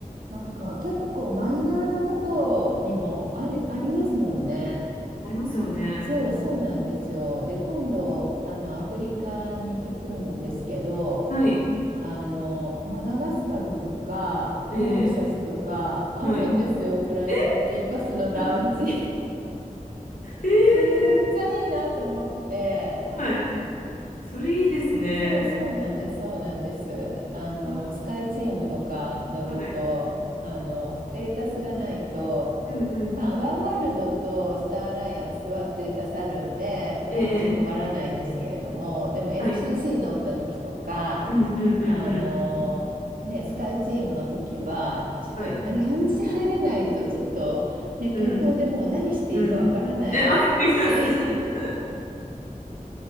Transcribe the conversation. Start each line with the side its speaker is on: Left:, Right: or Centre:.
Right: なんか結構マイナーなとこにもあり、ありますもんね。
Left: ありますよね。
Right: そう、そうなんですよ。で、今度、あの、アフリカに行くんですけど、
Left: はい。
Right: あの、マダガスカルとか、モーリシャスとか、
Left: ええ
Right: あるんですよ、
Left: はい。
Right: プライオリティパスのラウンジ。
Left: え <laughs>
Right: <laughs>
Left: ええ
Right: え、めっちゃいいなと思って、
Left: はい。それいいですね。
Right: そう、そうなんです、そうなんです。あの、
Left: うわ
Right: スカイチームとか乗ると、
Left: はい。
Right: あの、ステータスがないと、
Left: うんうん。
Right: まあ、ワンワールドとスターアライアンスはステータスあるんで、ラウンジ困らないんですけれども、
Left: ええ
Right: でも LCC
Left: はい。
Right: 乗った時とか、
Left: うんうんう
Right: あの、
Left: ん
Right: ね、スカイチームの時は、ちょっとラウンジ入れないと、
Left: うん。はい。
Right: ちょっと、ね、空港でもう何していいかわからないし、
Left: うんうん。え、わかります。<laughs>